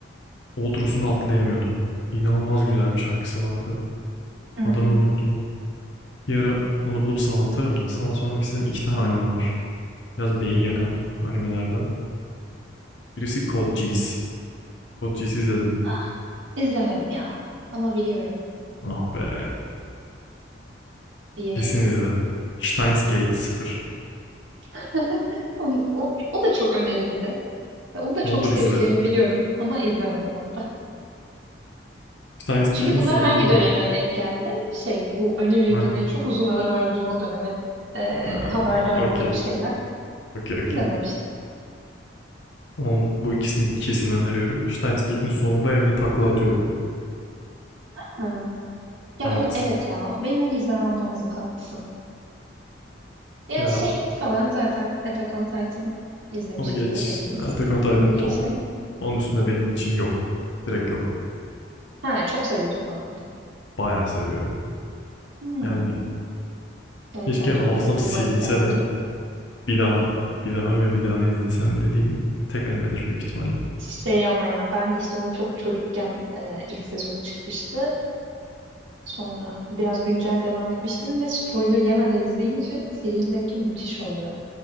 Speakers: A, on the left (about 70°); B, on the right (about 90°).
A: outrosunu atlayamıyordum. İnanılmaz güzel bir şarkısı vardı.
B: Hmm.
A: Adını unuttum. Bir ara onu bulup sana atarım da sana sormak istediğim iki tane anime var. Biraz beyin
B: Hı.
A: yakan animelerden. Birisi Code Geass. Code Geass'i izledin mi?
B: Ah, izlemedim ya. Ama biliyorum
A: Ah be.
B: diğeri.
A: Kesin izle. Steins Gate sıfır.
B: <laughs> Onu- O, o, da çok önerildi. Ve onu da
A: Ne
B: çok
A: olur
B: seveceğimi
A: izle.
B: biliyorum ama izlemedim onu da.
A: Steins
B: Çünkü
A: Gate'in
B: bunlar
A: sonunda...
B: hangi döneme denk geldi? Şey, bu anime
A: Heh,
B: izlemeye çok uzun ara verdiğim o döneme eee,
A: aa,
B: haberdar
A: okey.
B: olduğum şeyler.
A: Okey
B: İzlememiştim.
A: okey. Ama bu ikisini kesin öneriyorum. Steins Gate'in sonunda evde takla atıyordum.
B: Ha. Ya
A: Evet.
B: o, evet ya, o- benim onu izlemem lazım, haklısın. Yani
A: Ya
B: şey falan zaten Attack on Titan izlemişizdir
A: Onu geç.
B: hepimiz.
A: Attack on Titan
B: Onu
A: top.
B: geçtim.
A: Onun üstünde benim için yok. Direkt yok.
B: Ha, çok seviyorsun anladım.
A: Bayağı seviyorum.
B: Hmm.
A: Yani
B: Evet
A: keşke
B: ben
A: hafızam
B: de orada Levi'yi
A: silinse
B: severdim.
A: de bir daha bir daha ve bir daha izlesem dediğim tek animedir büyük ihtimalle.
B: Şey ama ya ben de işte onu çok çocukken e, ilk sezonu çıkmıştı. Sonra biraz güncel devam etmiştim ve spoiler yemeden izleyince seyir zevki müthiş oluyor.